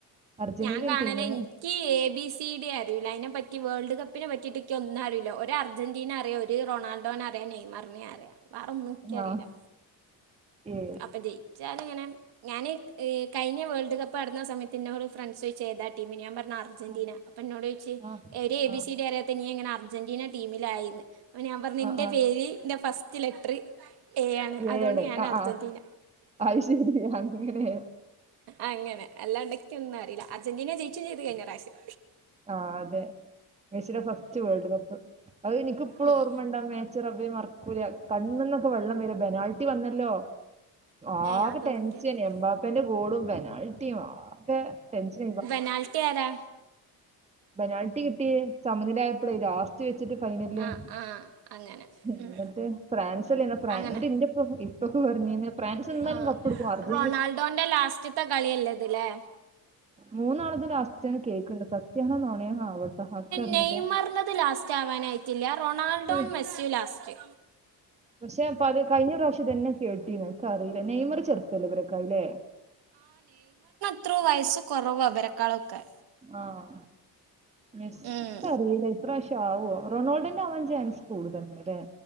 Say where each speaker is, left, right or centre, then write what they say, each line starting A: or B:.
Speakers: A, on the right; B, on the right.
A: അർജന്റീനിയൻ
B: ഞാൻ കാണലേ
A: ടീമ്
B: എനിക്ക് എ ബി സിയുടെ അറിയിൂല അതിനെ പറ്റി ഇന്ക് വേൾഡ്ക്കപ്പിനെ പറ്റി ഒന്നും അറില്ലോ ഒരു അർജന്റീന അറിയാം ഒരുറൊണാൾഡോനെറിയാം നെയ്മറിനെ അറിയാം വേറെ ഒന്നിക്കറിയില്ല
A: ആ ഏ
B: അപ്പൊ ജയിച്ചാാല ഇങ്ങനെ ഞാന്ൻ ഈ കഴിഞ്ഞ വേൾഡ് കപ്പ് നടന്ന സമയത്ത് ഇന്നെ ഒരു ഫ്രണ്ട്സ്യി ചെയ്താ ടീമി ഞാൻ പറഞ്ഞു അർജന്റീന
A: ആ
B: അപ്പൊ എന്നോട് ച
A: ആ
B: ഒരു എ
A: ആ
B: ബി സി ഡങ്ങനെ അർജന്റീന ടീമില ആ ഞാൻ പറഞ്ഞ നിന്റെ
A: ആ ആ,
B: പേര്ന്റെ ഫസ്റ്റ് ലെറ്റർ എ ആണ് അതുകൊണ്ട്
A: ഏഴ്
B: ഞാൻ
A: ആ
B: അർജന്റീന
A: ആ അത് ശരി അങ്ങനെ
B: അങ്ങനെ അല്ലാണ്ടക്കെയ ഒന്നും അറിയില്ല അർജന്റീന ജയിച്ചും ചെയ്തു കഴിഞ്ഞ രാഷ്യം
A: ആ അതെ മെസ്സിയുടെ ഫസ്റ്റ് വേൾഡ് കപ്പ് അത് എനിക്കിപ്പോഴും
B: ഉം.
A: ഓർമ്മയണ്ട അമ്മേ പടച്ച റബ്ബേ മറക്കൂല കണ്ണിനോക്കെ വെള്ളം വേര പെനാൽറ്റി വന്നല്ലോ ആകെ
B: ഏ അതൊന്നും
A: ടെൻഷൻ
B: എനിക്ക് അറിയില്ല
A: മ്പാപ്പെന്റെ ഗോളും പെനാൾട്ടിയും ആകെ ടെൻഷൻ
B: പെനാൽറ്റി ആരാ
A: ബെനാൽട്ടി കിട്ടിയ സമനിലായപ്പോഴേ ലാസ്റ്റ് വെച്ചിട്ട് ഫൈനല
B: ആ ആ അങ്ങനെ
A: എന്നിട്ട്
B: ഉം.
A: ഫ്രാൻസ്ല്ല എന്നിട്ട്
B: അങ്ങനെ
A: ഇയ ഇപ്പൊക്കെ പറഞ്ഞ ഫ്രാൻസ് എന്തായാലും
B: ആഹ്
A: കപ്പടുക്കും അർജ
B: റൊണാൾഡോന്റെ ലാസ്റ്റത്തെ കളിയ അല്ലേത്ല്ലേ
A: മൂന്നാളത്തെ ലാസ്റ്റ്ാണ് കേൾക്കണ്ട് സത്യാനോ നോണയാാനോ ആവട്ടെ ആർക്കറിയില്ല
B: നെയ്മറിഞ്ഞത് ലാസ്റ്റ് ആവാനായിട്ടില്ല റൊണാൾഡോ
A: ഏ
B: മെസു ലാസ്റ്റ്
A: പക്ഷെ പ കഴിഞ്ഞ പ്രാവശ്യം തന്നെ കേട്ടി നിക്ക അറിയി നെയ്മറി ചെറുപ്പല്ലേ ഇവരക്ക അല്ലേ
B: എത്ര വയസ്സ് കുറവവാ വരക്കാളൊക്കെ
A: ആഹ മെസ്ക്കറില്ലൈപ്രാവശ
B: ഉം
A: ആവോ റൊണാൾഡോന്റെ അവവാൻ ജാൻസ് കൂടുതന്നല്ലേ